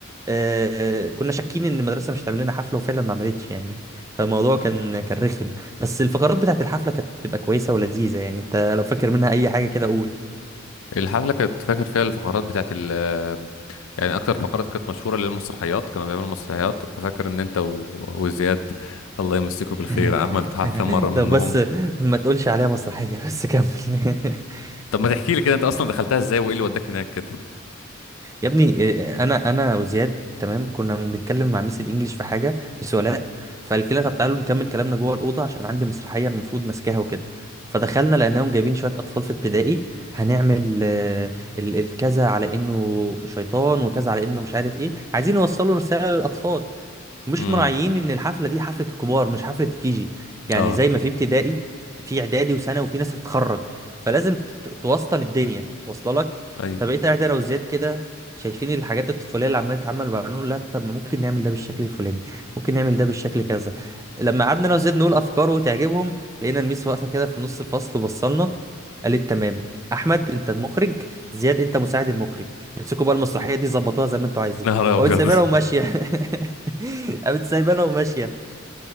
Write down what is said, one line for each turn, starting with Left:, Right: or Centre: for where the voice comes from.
Right: آه، آه، كنا شاكين ان المدرسة مش هتعمل لنا حفلة وفعلا ما عملتش يعني فالموضوع كان كان رخم بس الفقرات بتاعت الحفلة كانت بتبقى كويسة ولذيذة يعني انت لو فاكر منها اي حاجة كده قول
Left: الحفله كانت فاكر فيها الفقرات بتاعت ال يعني اكتر فقرات كانت مشهوره للمسرحيات كانوا بيعملوا مسرحيات وفاكر ان انت و... وزياد الله يمسكه بالخير
Right: <laughs>
Left: عملت حفله مره منهم
Right: طب بس ما تقولش عليها مسرحية بس كمل <laughs>
Left: طب ما تحكي لي كده انت اصلا دخلتها ازاي وايه اللي وداك هناك كده
Right: يا ابني إيه، انا انا وزياد تمام كنا بنتكلم مع ميس الانجليش في حاجة ميس ولاء فقالت لنا طب تعالوا نكمل كلامنا جوه الأوضة عشان عندي مسرحية المفروض ماسكاها وكده فدخلنا لقيناهم جايبين شوية أطفال في ابتدائي هنعمل آه، ال- الكذا على إنه شيطان وكذا على إنه مش عارف إيه عايزين يوصلوا رسالة للأطفال مش
Left: امم
Right: مراعيين ان الحفله دي حفله الكبار مش حفله الكيجي يعني
Left: اه
Right: زي ما في ابتدائي في اعدادي وثانوي وفي ناس هتتخرج فلازم ت- ت- توسطن الدنيا واصله لك
Left: ايوه
Right: فبقيت قاعد انا وزياد كده شايفين الحاجات الطفوليه اللي عماله تتعمل وبنقول لا طب ما ممكن نعمل ده بالشكل الفلاني ممكن نعمل ده بالشكل كذا لما قعدنا انا وزياد نقول افكار وتعجبهم لقينا الميس واقفه كده في نص الفصل وبصلنا قالت تمام احمد انت المخرج زياد انت مساعد المخرج امسكوا بقى المسرحيه دي ظبطوها زي ما انتوا عايزين
Left: نهار
Right: وقلت
Left: ابيض
Right: سايبها
Left: <laughs>
Right: وماشيه <laughs> <laughs> قامت سايبانا وماشيه